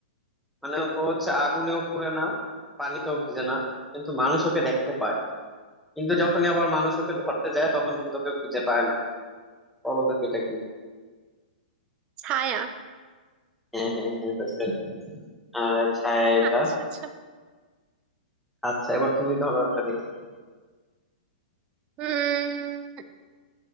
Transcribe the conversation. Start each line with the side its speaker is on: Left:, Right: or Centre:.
Centre: মানে ও হচ্ছে আগুনেও পুড়ে না পানিতেও ভিজে না কিন্তু মানুষ ওকে দেখতে পায় কিন্তু যখনই আবার মানুষ ওকে ধরতে যায় তখন কিন্তু ওকে খুঁজে পায় না বলো দেখি এটা কি
Right: ছায়া
Centre: হ্যাঁ হ্যাঁ হ্যাঁ হয়েছে আহ ছায়া এটা
Right: আচ্ছা আচ্ছা
Centre: আচ্ছা এবার তুমি ধরো একটা দেখি
Right: উম